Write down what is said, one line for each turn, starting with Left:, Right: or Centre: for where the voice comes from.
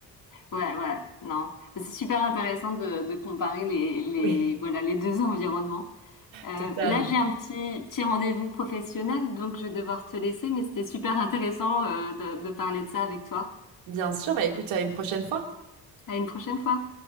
Left: Ouais, ouais, non. C'est super intéressant de, de comparer les, les,
Right: Oui,
Left: voilà, les deux <laughs> environnements. Euh,
Right: totalement.
Left: là, j'ai un petit, petit rendez-vous professionnel, donc je vais devoir te laisser, mais c'était super intéressant, euh, de, de parler de ça avec toi.
Right: Bien sûr. Bah écoute, à une prochaine fois.
Left: À une prochaine fois.